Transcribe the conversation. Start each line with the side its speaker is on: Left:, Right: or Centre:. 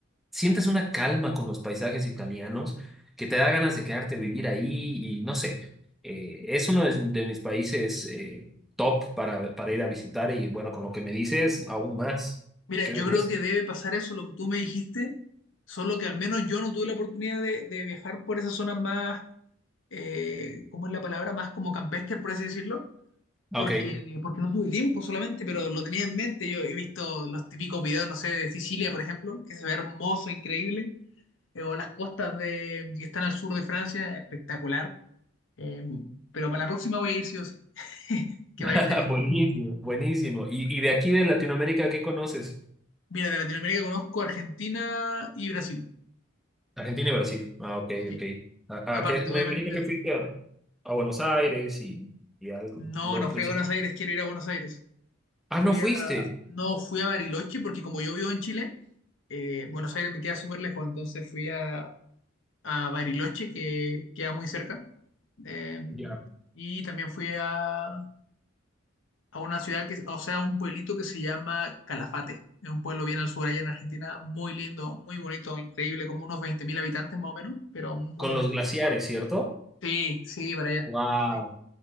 Centre: sientes una calma con los paisajes italianos que te da ganas de quedarte a vivir ahí y no sé, eh, es uno de, de mis países eh, top para, para ir a visitar y bueno, con lo que me dices, aún más.
Left: Mira,
Centre: Qué
Left: yo
Centre: belleza.
Left: creo que debe pasar eso, lo que tú me dijiste, solo que al menos yo no tuve la oportunidad de, de viajar por esas zonas más, eh, ¿cómo es la palabra? Más como campestre, por así decirlo porque,
Centre: Ok,
Left: porque no tuve tiempo solamente, pero lo tenía en mente. Yo he visto los típicos videos, no sé, de Sicilia, por ejemplo, que se ve hermoso, increíble, eh, o las costas de, que están al sur de Francia, espectacular. Eh, pero para la próxima voy a ir sí o sí, <laughs> que
Centre: <laughs>
Left: vaya a Italia.
Centre: buenísimo, buenísimo. ¿Y, y de aquí de Latinoamérica, qué conoces?
Left: Mira, de Latinoamérica conozco Argentina y Brasil.
Centre: Argentina y Brasil. Ah, ok,
Left: Sí.
Centre: ok. ¿A,
Left: Aparte,
Centre: a qué? Me
Left: obviamente,
Centre: imagino que fuiste a, a Buenos Aires y, y algo,
Left: no,
Centre: lo
Left: no
Centre: principal.
Left: fui a Buenos Aires, quiero ir a Buenos Aires.
Centre: Ah,
Left: Fui
Centre: no fuiste
Left: a, no, fui a Bariloche porque como yo vivo en Chile, eh, Buenos Aires me queda súper lejos, entonces fui a, a Bariloche, que queda muy cerca. Eh,
Centre: Ya.
Left: y también fui a, a una ciudad que, o sea, un pueblito que se llama Calafate. Es un pueblo bien al sur allá en Argentina, muy lindo, muy bonito, increíble, como unos 20.000 habitantes más o menos, pero muy
Centre: con
Left: bonito.
Centre: los glaciares, ¿cierto?
Left: Sí, sí, para allá.
Centre: Wow.
Left: Sí.